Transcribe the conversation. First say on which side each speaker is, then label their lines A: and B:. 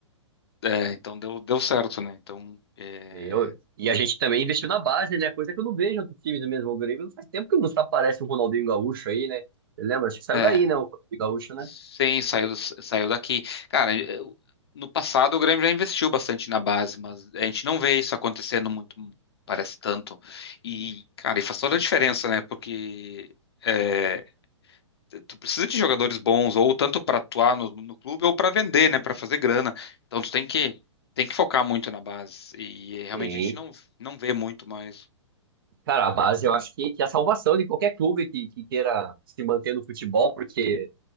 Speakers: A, on the left; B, on the right.
A: é, então deu, deu certo, né, então... É...
B: Eu, e a gente também investiu na base, né? Coisa que eu não vejo em outros times mesmo. O Grêmio faz tempo que não aparece o Ronaldinho Gaúcho aí, né? Você lembra? Acho que saiu
A: É.
B: daí, né? O Ronaldinho Gaúcho, né?
A: Sim, saiu, do- saiu daqui. Cara, eu- no passado o Grêmio já investiu bastante na base, mas a gente não vê isso acontecendo muito, parece tanto. E, cara, e faz toda a diferença, né? Porque é, tu precisa de jogadores bons, ou tanto para atuar no, no clube, ou para vender, né? Para fazer grana. Então tu tem que, tem que focar muito na base. E realmente
B: Sim.
A: a gente não, não vê muito mais.
B: Cara, a base eu acho que, que é a salvação de qualquer clube que, que queira se manter no futebol, porque